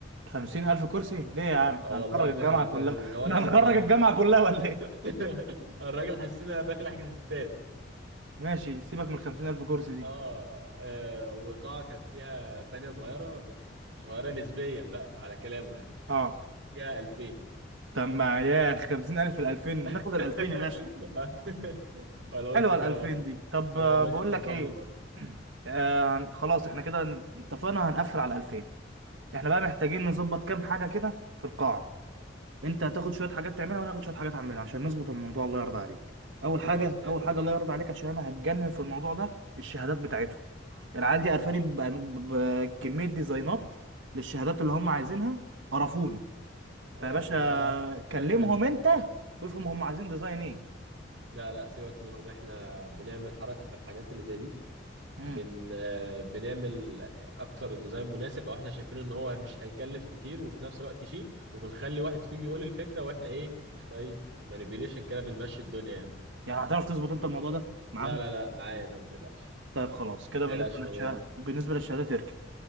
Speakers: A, on the right; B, on the right.
A: خمسين ألف كرسي ليه يا عم احنا
B: اه
A: هنخرج
B: والله
A: الجامعة
B: ما- ده-
A: كلها <laughs>
B: ده ولا
A: احنا
B: س-
A: هنخرج الجامعة كلها ولا ايه
B: <laughs> الراجل حسينا داخل حجز استاد
A: ماشي سيبك من الخمسين ألف كرسي دي
B: اه آه، وقاعة كان فيها تانية صغيرة بال- صغيرة نسبيا بقى على كلامه يعني
A: اه
B: فيها 2000
A: طب ما ياخ خمسين ألف في الألفين ناخد
B: <laughs>
A: الألفين يا باشا
B: انا قلت
A: حلوه
B: كده
A: ال 2000
B: برضه
A: دي طب
B: انا
A: آه،
B: الراجل
A: بقول
B: صدمني
A: لك ايه
B: برضه
A: <clears throat> آه هن- خلاص احنا كده هن- اتفقنا هنقفل على 2000 احنا بقى محتاجين نظبط كام حاجه كده في القاعه انت هتاخد شويه حاجات تعملها وانا هاخد شويه حاجات اعملها عشان نظبط الموضوع الله يرضى عليك اول
B: خلاص
A: حاجه
B: حلو
A: اول حاجه الله يرضى عليك عشان انا هتجنن في الموضوع ده الشهادات بتاعتهم العيال دي قرفاني ب- ب- بكميه ديزاينات للشهادات اللي هم عايزينها قرفوني
B: اه
A: فيا باشا
B: لا لا لا
A: كلمهم
B: سيبك منهم
A: انت وافهم هم عايزين ديزاين ايه
B: لا لا سيبك منهم احنا بنعمل حركة في الحاجات اللي زي دي
A: مم.
B: بن آه، بنعمل اكتر ديزاين مناسب او احنا شايفينه ان هو مش هيكلف كتير وفي نفس الوقت شيك وبنخلي واحد فيهم يقول الفكره واحنا ايه بشويه مانيبيوليشن كده بنمشي الدنيا يعني
A: يعني هتعرف تظبط انت الموضوع ده معاهم
B: لا لا لا معايا ده ما تقلقش
A: طيب خلاص كده
B: ما تقلقش
A: بالنسبة للشهادة
B: من الموضوع ده
A: بالنسبة للشهادة تركي